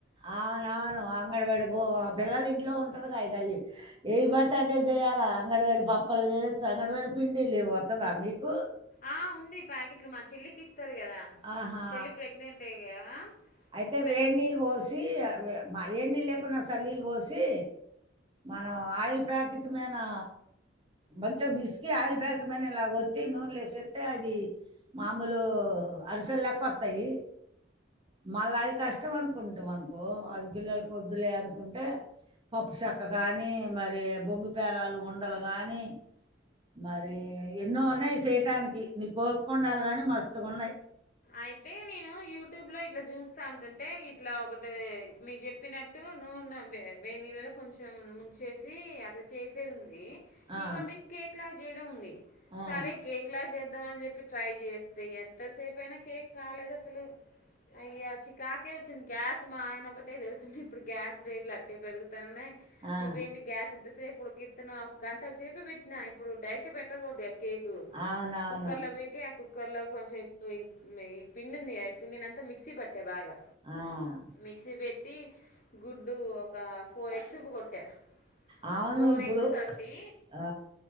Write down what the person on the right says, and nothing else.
అవునవును అంగడబడి ఆ పిల్లలు ఇంట్లో ఉంటారు ఇగా అయ్యి ఏది పడితే అదే చేయ్యాలా అంగన్ బడి పప్పులు చేయొచ్చా అంగడవాడి పిండి లే వత్తదా మీకు
ఆహా
అయితే
వేడి నీళ్ళు పోసి మా ఏ నీళ్ళు లేకున్నా సన్నీనీళ్ళు పోసి మనం ఆయిల్ ప్యాకెట్ మీనా మంచిగా పిసికి ఆయిల్ ప్యాకెట్ పైన ఇలాగ వత్తి నూనలో ఎసత్తే అది మామూలు అరిసెలలెక్క వస్తాయి మళ్ళా అది కష్టం అనుకుంటాం అనుకో అది పిల్లలకు వద్దులే అనుకుంటే పప్పు చెక్క గాని మరి బొంగు పేలాలు ఉండలు గాని మరి అరే ఎన్నో ఉన్నాయి చేయటానికి నీకు ఓపికుండాలి గాని మస్తుగా ఉన్నాయి
ఆ,
ఆ.
ఆ,
అవునవును
ఆ.
అవును
ఇప్పుడు
ఆ!